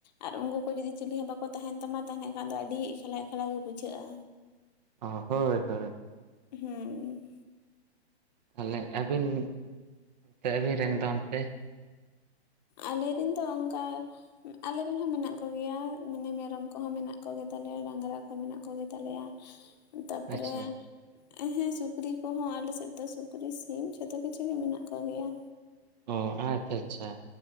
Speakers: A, on the left; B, on the right.
A: ᱟᱨ ᱩᱱᱠᱩ ᱠᱚ ᱡᱩᱫᱤ ᱪᱤᱞᱤ ᱦᱚᱸ ᱵᱟᱠᱚ ᱛᱟᱦᱮᱱ ᱛᱟᱢᱟ ᱛᱟᱦᱚᱞᱮ ᱠᱷᱟᱱ ᱫᱚ ᱟᱹᱰᱤ ᱮᱠᱞᱟ ᱮᱠᱮᱞᱟ ᱜᱮ ᱵᱩᱡᱷᱟᱹᱜ-ᱟ᱾
B: ᱚ ᱦᱳᱭ ᱦᱳᱭ᱾ ᱦᱳᱭ
A: ᱦᱩᱸ᱾
B: ᱛᱟᱦᱚᱞᱮ ᱟᱹᱵᱤᱱ ᱥᱮ ᱟᱹᱵᱤᱱ ᱨᱮᱱ ᱫᱚ ᱚᱱᱛᱮ
A: ᱟᱞᱮ ᱨᱮᱱ ᱫᱚ ᱚᱱᱠᱟ ᱟᱞᱮ ᱨᱮᱱ ᱦᱚᱸ ᱢᱮᱱᱟᱜ ᱠᱚ ᱜᱮᱭᱟ ᱢᱟᱱᱮ ᱢᱮᱨᱚᱢ ᱠᱚᱦᱚᱸ ᱢᱮᱱᱟᱜ ᱠᱚᱜᱮᱭᱟ ᱛᱟᱞᱮᱭᱟ ᱰᱟᱝᱜᱨᱟ ᱠᱚᱦᱚᱸ ᱢᱮᱱᱟᱜ ᱠᱚᱜᱮ ᱛᱟᱞᱮᱭᱟ᱾ ᱦᱮᱸ ᱛᱟᱨᱯᱚᱨᱮ
B: ᱟᱪᱪᱷᱟ
A: ᱦᱮᱸ ᱥᱩᱠᱨᱤ ᱠᱚ ᱦᱚᱸ ᱟᱞᱮ ᱥᱮᱫ ᱫᱚ ᱥᱩᱠᱨᱤ ᱥᱤᱢ ᱡᱷᱚᱛᱚ ᱠᱤᱪᱷᱩ ᱜᱮ ᱢᱮᱱᱟᱜ ᱠᱚ ᱜᱮᱭᱟ᱾
B: ᱚ ᱟᱪᱪᱷᱟ ᱟᱪᱪᱷᱟ